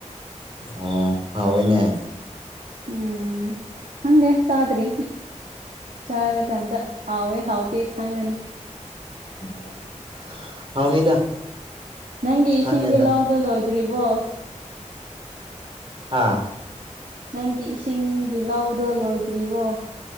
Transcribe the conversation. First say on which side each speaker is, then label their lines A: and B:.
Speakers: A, on the right; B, on the right.
A: ꯑꯣ ꯍꯥꯎꯋꯦꯅꯦ
B: ꯎꯝ ꯈꯪꯗꯦ ꯆꯥꯗ꯭ꯔꯤ ꯆꯥꯔꯀꯥꯟꯗ ꯍꯥꯎꯋꯦ ꯍꯥꯎꯇꯦ ꯈꯪꯒꯅꯤ
A: ꯑꯣ ꯍꯥꯎꯅꯤꯗ
B: ꯅꯪꯒꯤ ꯏꯁꯤꯡꯒꯤ
A: ꯈꯪꯉꯦꯗ
B: ꯂꯧꯗꯣ ꯂꯣꯏꯗ꯭ꯔꯤꯕꯣ
A: ꯍꯥꯥ
B: ꯅꯪꯒꯤ ꯏꯁꯤꯡꯒꯤ ꯂꯧꯗꯣ ꯂꯣꯏꯗ꯭ꯔꯤꯕꯣ